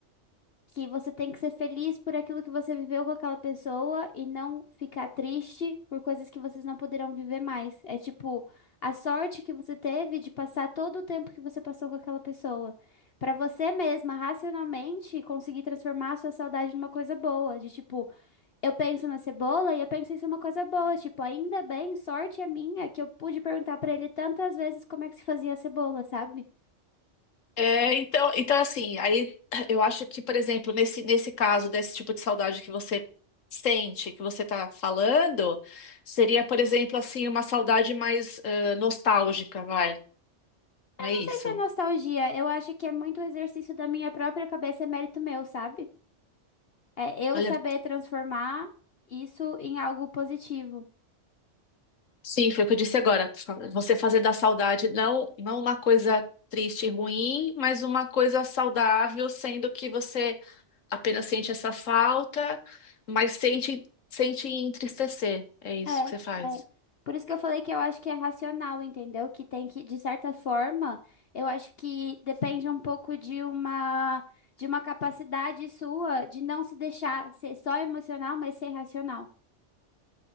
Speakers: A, on the left (about 55°); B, on the left (about 85°).
A: que você tem que ser feliz por aquilo que você viveu com aquela pessoa e não ficar triste por coisas que vocês não poderão viver mais. É tipo a sorte que você teve de passar todo o tempo que você passou com aquela pessoa. Pra você mesma, racionalmente, conseguir transformar a sua saudade numa coisa boa. De tipo, eu penso na cebola e eu penso isso é uma coisa boa. Tipo, ainda bem, sorte é minha que eu pude perguntar pra ele tantas vezes como é que se fazia a cebola, sabe?
B: É, então, então assim, aí eu acho que, por exemplo, nesse, nesse caso, desse tipo de saudade que você sente, que você tá falando, seria, por exemplo, assim, uma saudade mais eh, nostálgica, vai. Não
A: Eu
B: é
A: não
B: isso?
A: sei se é nostalgia, eu acho que é muito exercício da minha própria cabeça, é mérito meu, sabe? É eu
B: olha
A: saber transformar isso em algo positivo.
B: Sim, foi o que eu disse agora. Você fazer da saudade não, não uma coisa triste e ruim, mas uma coisa saudável, sendo que você apenas sente essa falta, mas sente, sente entristecer. É isso
A: É,
B: que
A: é.
B: você faz.
A: Por isso que eu falei que eu acho que é racional, entendeu? Que tem que, de certa forma, eu acho que depende um pouco de uma de uma capacidade sua de não se deixar ser só emocional, mas ser racional.